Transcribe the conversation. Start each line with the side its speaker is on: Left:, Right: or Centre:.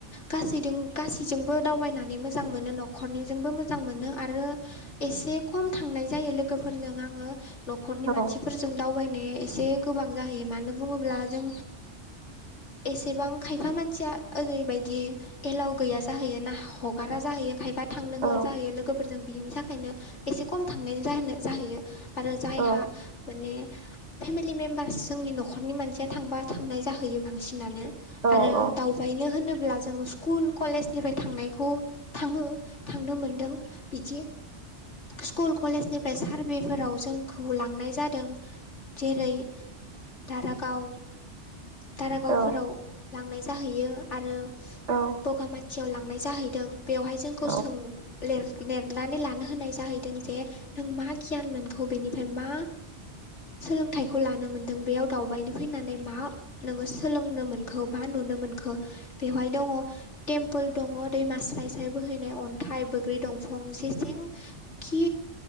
Left: गासैदों गासैजोंबो दावबायनानै मोजां मोनो न'खरनिजोंबो मोजां मोनो आरो। एसे खम थांनाय जायो लोगोफोरजों आङो न'खरनि
Right: औ
Left: मानसिफोरजों जों दावबायनाया एसे गोबां जाहैयो मानो बुङोब्ला जों एसेबां खायफा मानसिया ओरैबायदि एलाव गैया जाहैयो ना हगारा जाहैयो खायफा थांनो होआ
Right: औ
Left: जाहैयो लोगोफोरजों बिनि थाखायनो एसे खम थांनाय ज' जाहैयो आरो जायहा
Right: औ
Left: माने फेमिलि मेम्बार्स जोंनि न'खरनि मानसिया थांबा थांनाय जाहैयो बांसिनानो
Right: औ
Left: आरो
Right: औ
Left: दाउ बेनो होनोब्ला जोङो स्कुल कलेजनिफ्राय थांनायखौ थाङो-थांनो मोनदों। बिदि स्कुल कलेजनिफ्राय सार्भेफोराव जोंखौ लांनाय जादों जेरै दारागाव दारागावफोराव
Right: औ
Left: लांनाय जाहैयो आरो
Right: औ
Left: बगामाथियाव लांनाय जाहैदों। बेवहाय जोंखौ
Right: औ
Left: सों लिरनानै लानो होनाय जाहै दों जे नों मा गियान मोनखौ बेनिफ्राय मा सोलोंथाइखौ लानो मोन्दों बेयाव दावबायनो फैनानै मा नोङो सोलोंनो मोन खो बा नुनो मोनखो बेवहाय दङ टेम्पोल दङ दैमा स्राय स्राय बोहैनाय अन्थाइ बैग्रि दंफां जे सिं खि